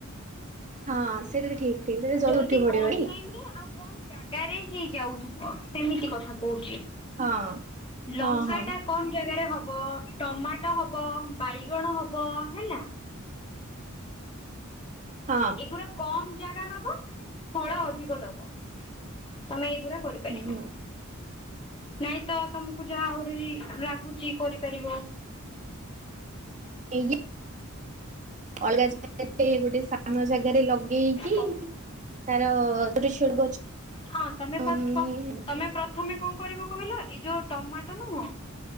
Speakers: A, on the right (about 35°); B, on the left (about 25°).
A: ହଁ ସେଇଟା ଠିକ। ଠିକ ସେଇଟା
B: ଜଲଦି
A: ଉଠି ପଡିବନି
B: କମ ଟାଇମରେ ଆଉ କମ ଜାଗା ଜାଗାରେ ହେଇ ଯାଉଥିବ ସେମିତି କଥା କହୁଛି।
A: ହଁ ହଁ
B: ଲଙ୍କାଟା କମ ଜାଗାରେ ହ ହ ଟମାଟୋ ହବ ବାଇଗଣ ହବ ହେଲା।
A: ହଁ
B: ଏଗୁରା କମ ଜାଗା ନବ ଫଳ ଅଧିକ ଦବ ତମେ ଏଇଗୁଡା କରିପାରିବ।
A: ହଁ।
B: ନାଇଁ ତ ତମକୁ ଯାହା ଆହୁରି ଲାଗୁଛି କରିପାରିବ।
A: ଏଇ ଲି ଅଲଗା ଜାଗାରେ ଗୋଟେ ସାନ ଜାଗାରେ ଲଗ। ଲଗେଇକି
B: ତ
A: ତାର ଗୋଟେ ଛୋଟ ଗଛ
B: ହଁ ତମେ
A: ହଁ
B: ଫାଷ୍ଟ କ ତମେ ପ୍ରଥମେ କଣ? କଣ କରିବ କହିଲ ଏଇ ଯୋଉ ଟମାଟୋ ନୁହଁ